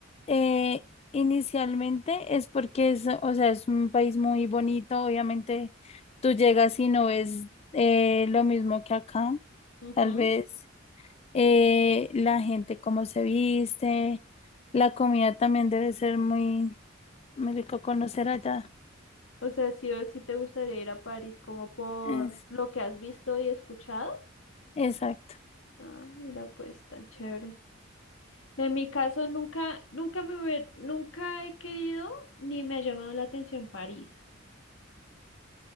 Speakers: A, on the left; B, on the left.
A: eh, inicialmente es porque es, o sea, es un país muy bonito, obviamente tú llegas y no ves eh, lo mismo que acá,
B: Ujú.
A: tal vez. eh, la gente cómo se viste, la comida también debe ser muy, muy rico conocer allá.
B: O sea, sí o sí te gustaría ir a París como por
A: Es-
B: lo que has visto y escuchado.
A: exacto.
B: Ah, mira, pues tan chévere. En mi caso, nunca, nunca me hubiera- nunca he querido ni me ha llamado la atención París.